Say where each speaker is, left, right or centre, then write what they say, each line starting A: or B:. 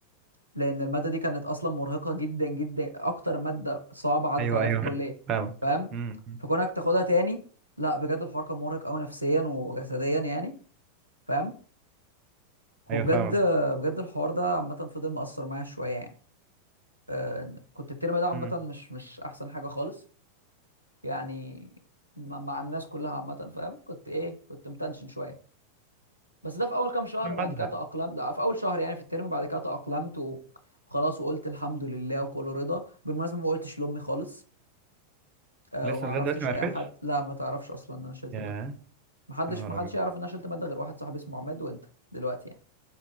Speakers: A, on the right; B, on the right.
A: لأن المادة دي كانت أصلا مرهقة جدا جدا أكتر مادة صعبة عدت
B: ايوه
A: عليها
B: ايوه
A: في الكلية
B: فاهمك
A: فاهم
B: امم
A: فكونك تاخدها تاني لا بجد الحوار كان مرهق قوي نفسيا وجسديا يعني فاهم هو
B: ايوه
A: بجد
B: فاهمك
A: بجد الحوار ده عامة فضل مأثر معايا شوية يعني أن- كنت الترم ده عامة
B: امم
A: مش مش أحسن حاجة خالص يعني مع مع الناس كلها عامة فاهم كنت إيه كنت متنشن شوية بس ده في أول كام شهر بعد
B: عدى
A: كده تأقلمت ده في أول شهر يعني في الترم بعد كده تأقلمت و- وخلاص وقلت الحمد لله وكله رضا بالمناسبة ما قلتش لأمي خالص آه،
B: لسه
A: وما عرفتش
B: لغاية دلوقتي ما
A: أي
B: عرفتش
A: حد لا ما تعرفش أصلا إن أنا شلت
B: يا
A: مادة محدش
B: يا نهار
A: محدش
B: ابيض
A: يعرف إن أنا شلت مادة غير واحد صاحبي اسمه عماد وأنت دلوقتي يعني